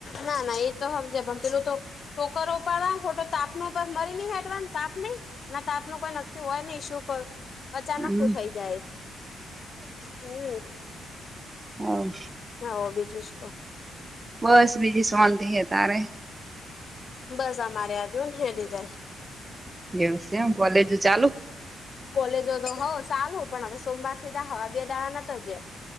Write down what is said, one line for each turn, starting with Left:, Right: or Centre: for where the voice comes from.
Left: ના ના એ તો હજેમ પેલું તો ટોકરો ઉપડવા ખોટો તાપનો મરી નહી હેડવાનો. તાપ નહી અને તાપ નું કોઈ નક્કી હોય નહી શું કરું? અચાનક
Right: હમ
Left: થઇ જાય હમ.
Right: હા
Left: હા હો બીજું શું
Right: બસ બીજી શાંતિ હ તારે?
Left: બસ અમારે અજુ હેડી જાય.
Right: દિવસેકોલેજ ચાલુ?
Left: કોલેજો તો હોઉ ચાલુ પણ હવે સોમવાર થી જ હ બે દાડા ન જયો.